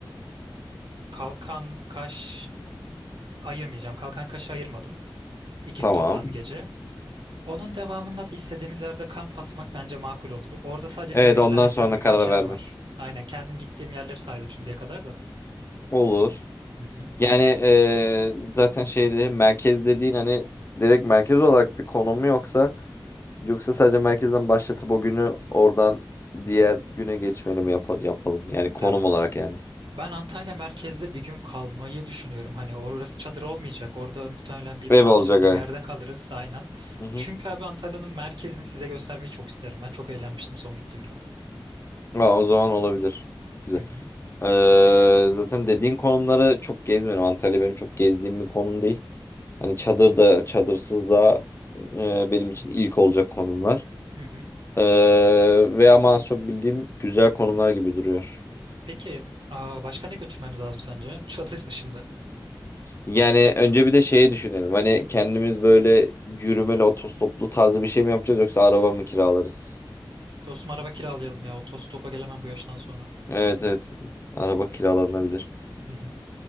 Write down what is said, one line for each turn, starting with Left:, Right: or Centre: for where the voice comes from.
Right: Kalkan Kaş ayırmayacağım. Kalkan Kaş'ı ayırmadım. İkisi
Left: tamam.
Right: toplam bir gece. Onun devamında da istediğimiz yerde kamp atmak bence makul olur. Orada sadece
Left: Evet
Right: size göstermek
Left: ondan sonra
Right: istediğim birkaç
Left: karar
Right: yer
Left: verme.
Right: var. Aynen kendim gittiğim yerleri saydım şimdiye kadar da.
Left: Olur.
Right: Hı hı.
Left: Yani eee, zaten şeyde merkez dediğin hani direkt merkez olarak bir konum mu yoksa yoksa sadece merkezden başlatıp o günü oradan diğer güne geçmeli mi yapa- yapalım? Yani konum
Right: Ya
Left: olarak yani.
Right: ben Antalya merkezde bir gün kalmayı düşünüyorum. Hani orası çadır olmayacak. Orada muhtemelen bir
Left: Ev
Right: pansiyonda
Left: olacak ha.
Right: bir yerde kalırız aynen.
Left: Hı hı.
Right: Çünkü abi Antalya'nın merkezini size göstermeyi çok isterim. Ben çok eğlenmiştim son gittiğimde.
Left: Aa, o zaman olabilir. Güzel.
Right: Hı hı.
Left: Eee, zaten dediğin konumları çok gezmedim. Antalya benim çok gezdiğim bir konum değil. Hani çadır da çadırsız da eee, benim için ilk olacak konumlar.
Right: Hı hı.
Left: Eee ve ama az çok bildiğim güzel konumlar gibi duruyor.
Right: Peki aa, başka ne götürmemiz lazım sence? <laughs> Çadır dışında.
Left: Yani önce bir de şeyi düşünelim. Hani kendimiz böyle yürümeli otostoplu tarzı bir şey mi yapacağız yoksa araba mı kiralarız?
Right: Dostum araba kiralayalım ya. Otostopa gelemem bu yaştan sonra.
Left: Evet evet. Araba kiralanabilir.
Right: Hı hı.